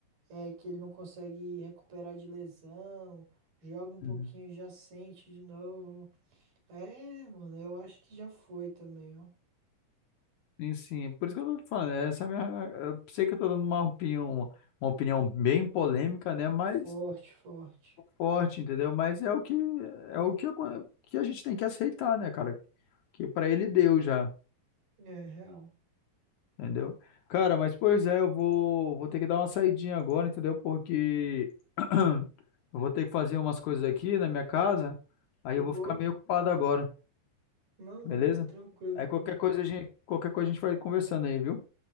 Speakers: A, on the right (about 75°); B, on the left (about 65°).
A: é, que ele não consegue recuperar de lesão, joga um pouquinho
B: uhum.
A: e já sente de novo. É, mano, eu acho que já foi também, ó.
B: Sim, sim. Por isso que eu tô te falando, essa é a minha. Eu sei que eu tô dando uma opinião, uma opinião bem polêmica, né? Mas
A: Forte, forte.
B: forte, entendeu? Mas é o que é o que, acon- que a gente tem que aceitar, né, cara? Que pra ele deu já,
A: É, real.
B: entendeu? Cara, mas pois é, eu vou vou ter que dar uma saidinha agora, entendeu? Porque <clears throat> eu vou ter que fazer umas coisas aqui na minha casa, aí
A: De
B: eu
A: boa?
B: vou ficar meio ocupado agora,
A: Não,
B: beleza?
A: não, tá tranquilo
B: Aí
A: então.
B: qualquer coisa a gente qualquer coisa a gente vai conversando aí, viu?